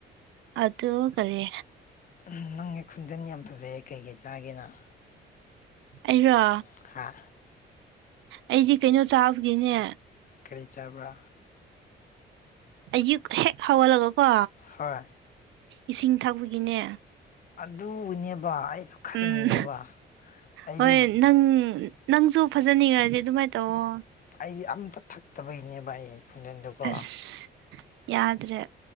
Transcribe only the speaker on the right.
ꯑꯗꯨ ꯀꯔꯤ
ꯑꯩꯔꯣ
ꯑꯩꯗꯤ ꯀꯩꯅꯣ ꯆꯥꯕꯒꯤꯅꯦ
ꯑꯌꯨꯛ ꯍꯦꯛ ꯍꯧꯒꯠꯂꯒꯀꯣ
ꯏꯁꯤꯡ ꯊꯛꯄꯒꯤꯅꯦ
ꯎꯝ
ꯍꯣꯏ ꯅꯪ ꯅꯪꯁꯨ ꯐꯖꯅꯤꯡꯉꯗꯤ ꯑꯗꯨꯃꯥꯏꯅ ꯇꯧꯑꯣ
ꯑꯁ ꯌꯥꯗ꯭ꯔꯦ